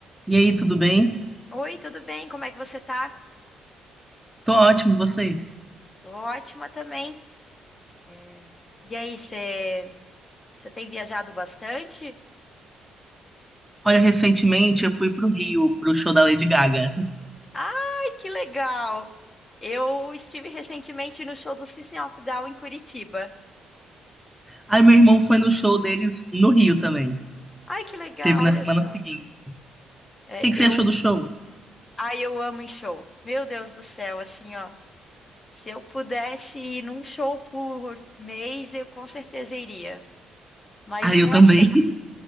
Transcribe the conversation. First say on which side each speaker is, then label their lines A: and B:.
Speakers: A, in the centre; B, on the left.
A: E aí, tudo bem?
B: Oi, tudo bem? Como é que você tá?
A: Tô ótimo, e você?
B: Tô ótima também. É, E aí, você você tem viajado bastante?
A: Olha, recentemente eu fui pro Rio, pro show da Lady Gaga.
B: Ai, que legal! Eu estive recentemente no show do System of a Down em Curitiba.
A: Aí meu irmão foi no show deles no Rio também.
B: Ai, que legal,
A: que Teve na
B: olha
A: semana
B: só.
A: seguinte. O
B: É,
A: que que
B: eu,
A: você achou do show?
B: ai, eu amo em show. Meu Deus do céu, assim, ó. Se eu pudesse ir num show por mês, eu com certeza iria. Mas
A: Ah, eu
B: não
A: também.
B: é sempre.
A: <laughs>